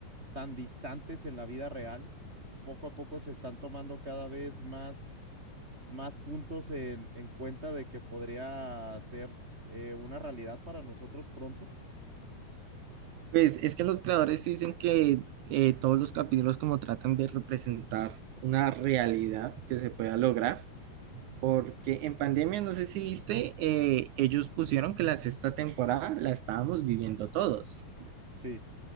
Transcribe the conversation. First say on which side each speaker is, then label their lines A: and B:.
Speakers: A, on the right (about 15°); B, on the right (about 90°).
A: tan distantes en la vida real, poco a poco se están tomando cada vez más, más puntos en, en cuenta de que podría ser eh, una realidad para nosotros pronto.
B: Pues es que los creadores dicen que eh, todos los capítulos como tratan de representar una realidad que se pueda lograr. Porque en pandemia, no sé si viste, eh, ellos pusieron que la sexta temporada la estábamos viviendo todos.
A: Sí,